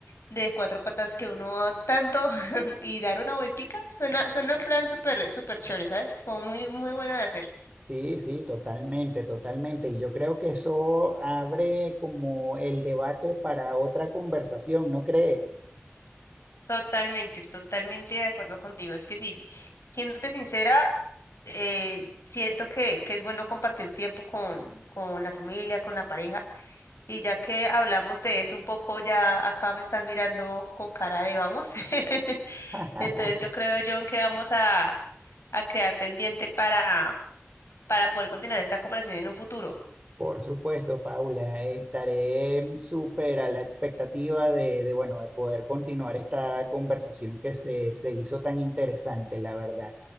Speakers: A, on the left; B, on the right.
A: de cuatro patas que uno va tanto <laughs> y dar una vueltica. Suena, suena un plan súper, súper chévere, ¿sabes? Como muy, muy bueno de hacer.
B: Sí, sí, totalmente, totalmente. Y yo creo que eso abre como el debate para otra conversación, ¿no crees?
A: Totalmente, totalmente de acuerdo contigo. Es que sí, siéndote sincera, eh, siento que, que es bueno compartir tiempo con, con la familia, con la pareja Y ya que hablamos de eso un poco, ya acá me están mirando con cara de vamos. <laughs>
B: <laughs>
A: Entonces yo creo, John, que vamos a, a quedar pendiente para, para poder continuar esta conversación en un futuro.
B: Por supuesto, Paula, eh, estaré súper a la expectativa de, de, bueno, de poder continuar esta conversación que se, se hizo tan interesante, la verdad.